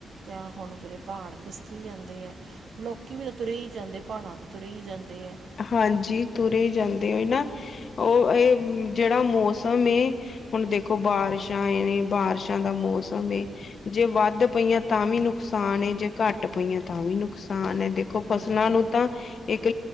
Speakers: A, on the right; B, on the left.
A: ਤਾਂ ਹੁਣ ਜਿਹੜੇ ਪਹਾੜ ਖਿਸਕੀ ਜਾਂਦੇ ਆ, ਲੋਕੀ ਵੀ ਨਾ ਤੁਰੇ ਹੀ ਜਾਂਦੇ ਐ, ਪਹਾੜਾਂ ਤੇ ਤੁਰੇ ਜਾਂਦੇ ਐ।
B: ਹਾਂਜੀ ਤੁਰੇ ਹੀ ਜਾਂਦੇ ਆ ਉਹੀ ਨਾ, ਇਹ ਜਿਹੜਾ ਮੌੋਸ ਮੌਸਮ ਏ ਹੁਣ ਦੇਖੋ ਬਾਰਿਸ਼ਾਂ ਏ ਨੇ, ਬਾਰਿਸ਼ਾਂ ਦਾ ਮੌਸਮ ਏ, ਜੇ ਵੱਧ ਪਈਆਂ ਤਾਂ ਵੀ ਨੁਕਸਾਨ ਏ ਜੇ ਘੱਟ ਪਈਆਂ ਤਾਂ ਵੀ ਨੁਕਸਾਨ ਏ,
A: ਬਿਲਕੁਲ
B: ਦੇਖੋ ਫਸਲਾਂ ਨੂੰ ਤਾਂ ਇੱਕ